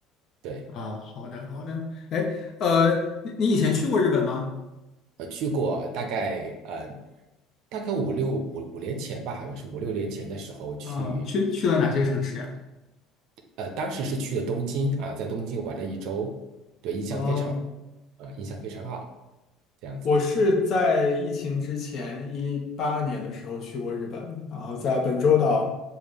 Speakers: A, on the right (about 65°); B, on the left (about 50°).
A: 对，
B: 啊，好的，好的。哎，呃，你你以前去过日本吗？
A: 呃，去过大概嗯、呃大概五六五五年前吧，好像是五六年前的时候去
B: 啊，去去了哪些城市呀？
A: 呃，当时是去了东京啊，在东京玩了一周，对，印象非常
B: 哦
A: 啊，印象非常好，这样子
B: 我是在疫情之前一八年的时候去过日本，然后在本州岛，